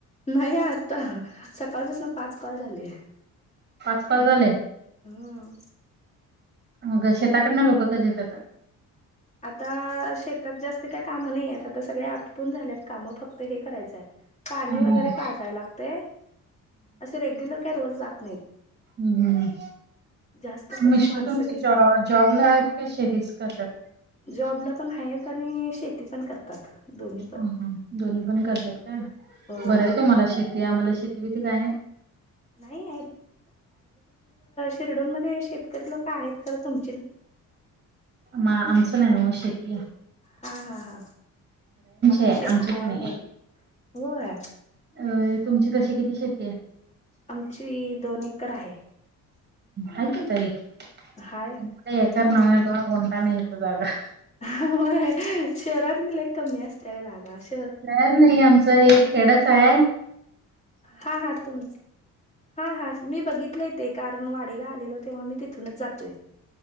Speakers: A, on the left (about 20°); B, on the right (about 30°).
A: नाही आता सकाळपास ना पाच कॉल झाले.
B: पाच कॉल झाले.
A: ह
B: मग शेताकडन लोकं कधी येतात.
A: आता शेतात जास्त काय काम नाही आहेत आता सगळे आटपून झालेत काम फक्त हे करायचंय. पाणी
B: हम्
A: वगैरे पाजाय लागतय असे रेग्युलर काय रोज जात नाहीत.
B: हम्म हम्म.
A: जास्त करून
B: मिस्टर
A: माणसं
B: तुमचा
A: घेत
B: जॉ जॉबला आहेत का शेतीच करत्या त.
A: जॉबला पण आहेत आणि शेती पण करतात. दोन्ही पण
B: अ दोन्ही पण करतात का
A: होय
B: बरं आहे तुम्हाला शेतीय आम्हाला शेती बीती काय न्हाय.
A: नाही चिरडोण मध्ये शेतकरी लोक आहेत खं तुम
B: म आमचं नाही ओ शेतीय.
A: हा हा हा आमची
B: आहे आमचीच
A: हाय
B: नाही
A: भरपूर हाय.
B: अ तुमची तशी किती शती.
A: आमची दोन एकर आहे.
B: आहे की तरी कोणतं
A: हाय
B: एकर नावावर
A: दोन
B: इत गुंठा नाही हित जागा.
A: शहरात म्हणलं कमी असत्या जागा आशी
B: शहर नाही आमचं हे खेडच हाय.
A: हा हा तुमच हा हा मी बघितलंय ते कारण वा डेला आलेल तेव्हा मी तिथूनच जातोय.